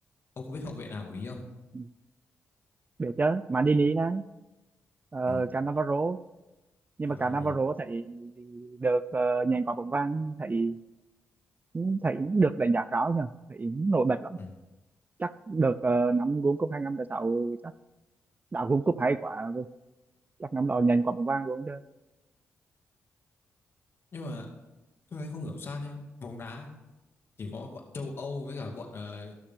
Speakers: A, on the left (about 50°); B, on the right (about 30°).
A: ông có biết hậu vệ nào của Ý không
B: Ừ, biết chứ Maldini nè uh,
A: ừ.
B: cả Navarro, nhưng
A: Alvaro.
B: mà cả Navarro thấy được uh, nhận quả bóng vàng thấy ừ, thấy được đánh giá cao nhờ thấy nổi bật lắm
A: ừ.
B: chắc được ờ, năm World Cup hai năm sáu chắc đã World Cup hay quá chắc năm đó nhận quả bóng vàng luôn chứ
A: nhưng mà tôi thấy không hiểu sao nhé bóng đá chỉ có bọn châu Âu với cả bọn ờ,